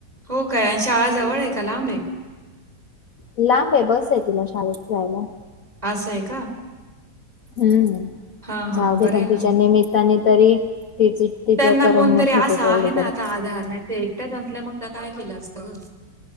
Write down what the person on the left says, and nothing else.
लांब आहे बस आहे तिला शाळेत जायला.
हम्म
जाऊ
दे
पण
तिच्या
निमित्ताने तरी तिची तिच
करमणूक
होते
तेवढी
तरी